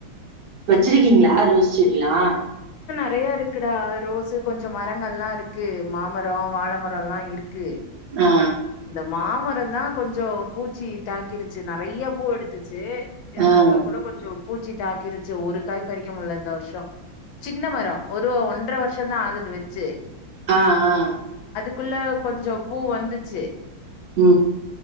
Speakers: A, on the right (about 65°); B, on the left (about 80°).
A: வச்சிருக்கீங்களா ரோஸ் செடிலா
B: நெறையா இருக்குடா ரோஸ் கொஞ்ச மரங்கள் எல்லா இருக்கு மாமரம் வாழை மரம் எல்லா இருக் கு
A: ஆ
B: இந்த மாமரம் தா கொஞ்சோ பூச்சி தாக்கிருச்சு நிறையா பூ எடுத்து ச்சு இருந்தாக்கா
A: ஆ ஆ
B: கூட கொஞ்சோ பூச்சி தாக்கிருச்சி ஒரு காய் பறிக்க முடியல இந்த வருஷோ சின்ன மரோ ஒரு ஒன்ட்ர வருஷ தா ஆகுது வச்சு
A: ஆ ஆ
B: க்குள்ள கொஞ்சோ பூ வந்துச்சு
A: உ